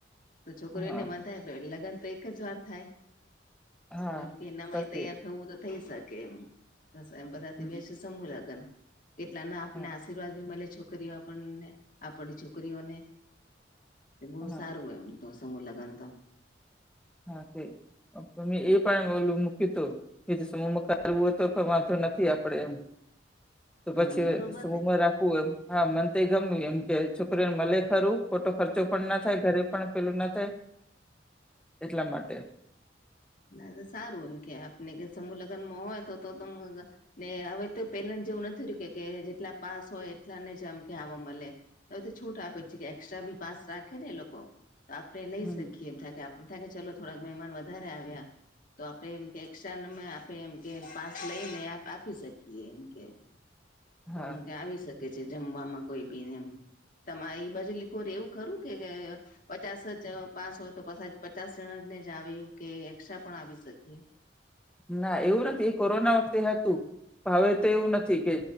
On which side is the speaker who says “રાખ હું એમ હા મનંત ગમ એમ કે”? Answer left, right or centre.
Centre